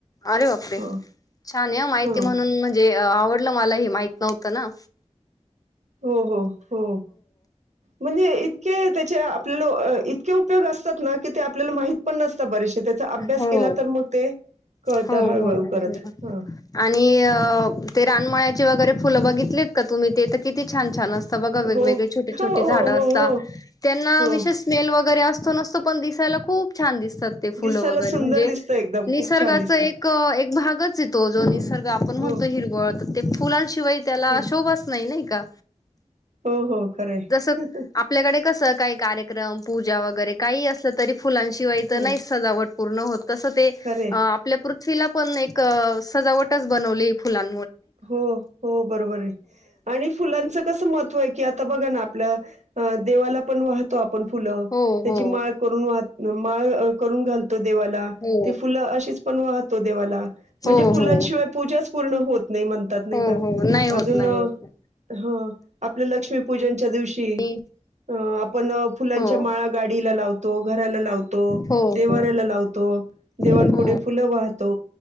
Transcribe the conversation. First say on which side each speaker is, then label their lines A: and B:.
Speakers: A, on the left; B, on the right.
A: अरे बापरे.
B: हा
A: छान आहे माहिती
B: हां.
A: म्हणून म्हणजे अ आवडलं मला हे माहित नव्हतं ना.
B: हो हो हो म्हणजे इतके त्याच चे आपल्याला अ इतके उपयोग असतात ना की ते आपल्याला माहीत पण नसतात बरेचशे. त्याचा अभ्यास
A: हो
B: केला तर मग ते कळतं
A: हो
B: हळूहळू
A: हो ना
B: करत
A: हो ना
B: ह.
A: आणि अ ते रानमळ्याचे वगैरे फुलं बघितलेत का तुम्ही ते तर किती छान छान अस ता बघा वेगवेगळे
B: हो.
A: छोटी
B: हो,
A: छोटी
B: हो,
A: झाडं
B: हो,
A: असतात,
B: हो,
A: त्यांना
B: हो.
A: विशेष स्मेल वगैरे अस तो नसतो पण दिसायला खूप छान दिसतात ते. फुल
B: दिसायला
A: वगरे
B: सुंदर
A: म्हणजे
B: दिसतं एकदम.
A: निसर्गाचा
B: खूप छान दिसतं.
A: एक एक भागच आहे तो जो
B: हं.
A: निसर्ग आपण
B: हो,
A: म्हणतो ही हिरवळ ते फुलांशिवाय त्याला
B: हं.
A: शोभाचं नाही नाही का.
B: हो, हो. खरं आहे.
A: जस आपल्याकडे कस काही कार्यक्रम पूजा वगैरे काही असलं तरी फुलांशिवाय तर
B: हं.
A: नाहीच सजावट पूर्ण होत. तस ते
B: खरं आहे.
A: अ आपल्या पृथ्वीला पण एक सजावटच बनवली फुलां
B: हो हो बरोबर आहे आणि फुलांच कस महत्व आहे की आता बघा ना आपल्या देवाला पण वाहतो आप पण फुलं
A: हो
B: त्याची
A: हो
B: माळ करून वाहत माळ अ करून घालतो देवाला
A: हो
B: ते फुल अशी पण वाहतो देवाला म्हणजे
A: हो
B: फुलांशिवाय
A: हो
B: पूजाच पूर्ण होत नाही म्हणतात नाही
A: हो
B: का
A: हो नाही होत
B: अजून
A: नाही होत
B: ह आपल्या लक्ष्मीपूजनच्या दिवशी,
A: आणि
B: अ आप पण फुलांच्या
A: हो
B: माळा गाडीला लावतो घराला लावतो
A: हो
B: देवऱ्याला
A: हो
B: लावतो दे देवान
A: हो
B: पुढे फुलं वाहतो,